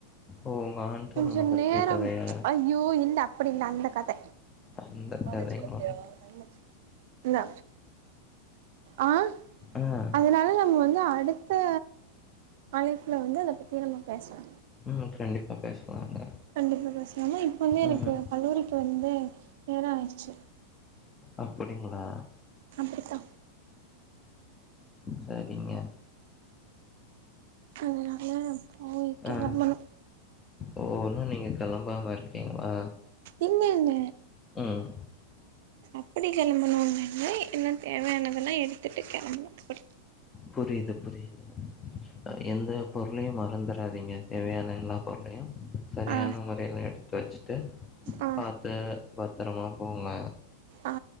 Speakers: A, on the left; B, on the right.
A: ஓ உங்க ஆண் தோழன
B: கொஞ்ச
A: பத்திய
B: நேரம்
A: கதையா
B: ஐயோ இந்த அப்படி இல்ல அந்த கத
A: அந்த
B: காலேஜ்
A: கதைங்களா
B: கெளம்பலையா டைம் ஆச்சு ல்ல ஆ
A: ஆ
B: அதனால நாங்க வந்து அடுத் த அழைப்புல வந்து இத பத்தி நம்ம பேசலா
A: ம் கண்டிப்பா பேசலாங்க
B: கண்டிப்பா பேசலானா இப்போவே எனக்கு
A: ம்
B: கல்லூரிக்கு வந்து நேரோ ஆயிடுச்சு
A: அப்டிங்களா
B: அப்டித்தா
A: சரிங்க
B: அதனால நா போய் கெளம்பனு
A: ஆ ஓ உன்னு நீங்க கெளம்பாம இருக்கீங்ளா
B: இல்லல்ல
A: ம்
B: அப்டி கெளம்பனாங்கன்ன இன்னு தேவையானதெலா எடுத்துட்டு கெளம்பனு அப்டி
A: புரியுது புரியுது அ எந்த பொருளையு மறந்துராதீங்க தேவையான எல்லா பொருளையு சரியான
B: ஆ
A: முறைல எடுத்து வச்சுட்டு
B: ஆ
A: பாத்து பத்தரமா போங்க
B: ஆ